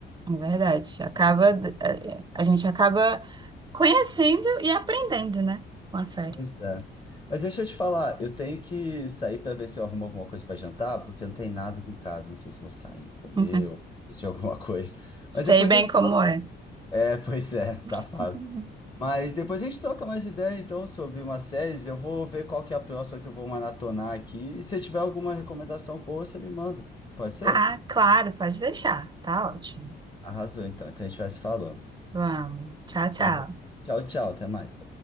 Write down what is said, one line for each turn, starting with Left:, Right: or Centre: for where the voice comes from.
Right: é verdade. Acaba, d- é, a gente acaba conhecendo e aprendendo, né, com a série.
Left: Pois é. Mas deixa eu te falar, eu tenho que sair para ver se eu arrumo alguma coisa para jantar, porque não tem nada aqui em casa. Não sei se eu vou sair, comer
Right: <laughs>
Left: ou pedir alguma <laughs> coisa.
Right: Sei
Left: Mas depois
Right: bem
Left: a gente
Right: como é.
Left: É, <laughs> pois é, tá
Right: <laughs>
Left: fácil. Mas depois a gente troca mais ideia, então, sobre uma série. Eu vou ver qual que é a próxima que eu vou maratonar aqui. E se tiver alguma recomendação boa, você me manda. Pode ser?
Right: Ah, claro, pode deixar. Tá ótimo.
Left: Arrasou, então. Então a gente vai se falando.
Right: Vamos. Tchau, tchau.
Left: Tá bom. Tchau, tchau. Até mais.